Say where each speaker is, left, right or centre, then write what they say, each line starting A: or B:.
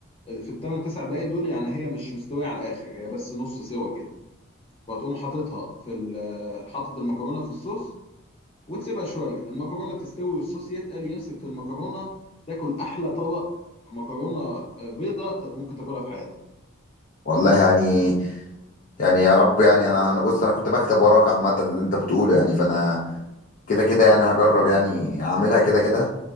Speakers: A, on the left; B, on the left.
A: في الثمان تسع دقايق دول يعني هي مش مستويه على الاخر هي بس نص سوا كده وتقوم حاططها في ال- حاطط المكرونه في الصوص وتسيبها شويه المكرونه تستوي والصوص يتقل يمسك في المكرونه تاكل احلى طبق مكرونه آه، بيضه ت- ممكن تاكلها في حياتك
B: والله يعني يعني يا رب يعني انا انا بص انا كنت بكتب وراك عامه اللي انت بتقوله يعني فانا
A: مم.
B: كده كده يعني هجرب يعني اعملها كده كده